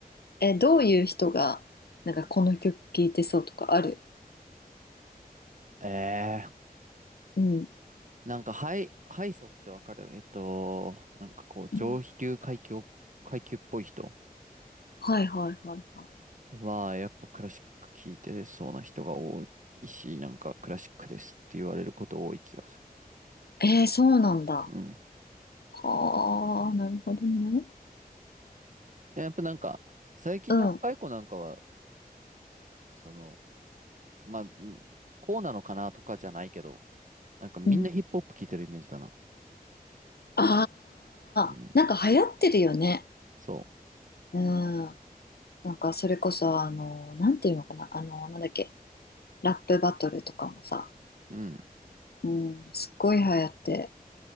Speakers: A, on the left; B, on the right.
A: え、どういう人が、なんかこの曲聴いてそうとかある
B: う。うんええ
A: うん。
B: なんか、ハイ、ハイソってわかるえっと、なんかこう、上流階級、
A: うん
B: 階級っぽい人
A: はいはいはいは
B: は、やっぱクラシック聴いてそうな人が多いし、なんかクラシックですって言われること多い気がする。
A: い。えー、そうなんだ。
B: うん。
A: はあ、なるほどね。
B: やっぱなんか、最近の若い子なんかは、
A: うん、
B: その、まあ、うんこうなのかなとかじゃないけど、なんかみんなヒップホップ聴いてるイメージだな。
A: うん。あ
B: うん。
A: あ、なんか流行ってるよね。
B: そ
A: うん。なんかそれこそ、あの、なんていうのかな。あの、なんだっけ。ラップバトルとかもさ。
B: う。うん。
A: うん、すっごい流行って。